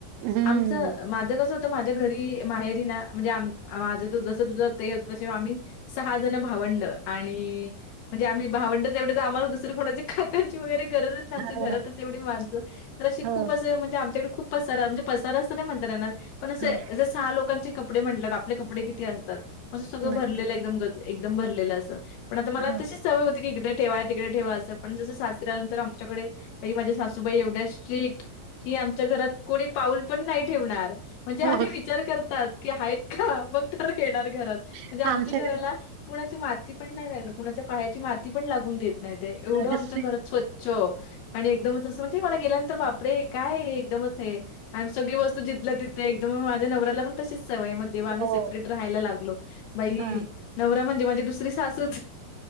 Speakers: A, on the right; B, on the left.
A: हम्म
B: आमचं अ माझं कसं होतं माझ्या घरी माहेरी ना म्हणजे आम माझं जसं तुझं ते होत तसे आम्ही सहा जण भावंड आणि म्हणजे आम्ही भावंड एवढे तर आम्हाला दुसरे कोणाची काकांची वगैरे गरजच नाय आमच्या घरातच
A: हो
B: एवढी माणसं तर अशी
A: हो
B: खूप असं म्हण म्हणजे आमच्याकडे खूप पसार म्हणजे पसार असं नाय म्हणता येणार पण असे
A: हो
B: अस सहा लोकांची कपडे म्हंटल्यावर आपली कप कपडे किती असतात म अस सगळं
A: नक्की
B: भरलेलं एकदम गच एकदम भरलेलं अस पण आता मला
A: हो.
B: तशीच सवय होती की इकडे ठेवा तिकडे ठेवा असं पण जसं सासरी आल्या नंतर आमच्याकडे बाई माझ्या सासूबाई एवढ्या स्ट्रिक्ट की आमच्या घरात कोणी पाऊल पण नाही ठेवणार म्हणजे आधी
A: हो
B: विचार करतात. की आहेत का मग तर येणार घरात म्हणजे
A: का
B: आमच
A: आमच्याकडे
B: घराला कुणाची माती पण नाय लागणार कुणाच्या पायाची माती पण लागून देत नाही ताई एवढं
A: अगस्ट
B: आमच्या घरात स्वच्छ आणि एकदमच असं म्हणजे मला गेल्या नं म्हणलं बापरे काय हे एकदमच हे आणि सगळी वस्तू जिथल्या तिथं एकदम माझ्या नवऱ्याला पण तशीच सवय मग जेव्हा आम्ही
A: हो
B: सेपरेट
A: हो
B: राहायला लागलो बाई
A: हां.
B: नवरा म्हणजे माझी दुसरी सासूच